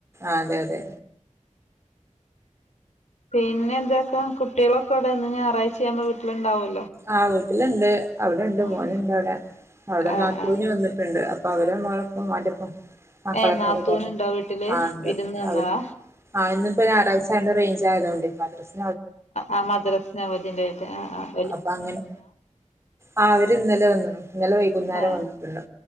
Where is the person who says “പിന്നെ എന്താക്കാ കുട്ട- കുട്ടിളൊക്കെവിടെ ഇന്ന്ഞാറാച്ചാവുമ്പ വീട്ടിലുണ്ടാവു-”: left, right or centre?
Left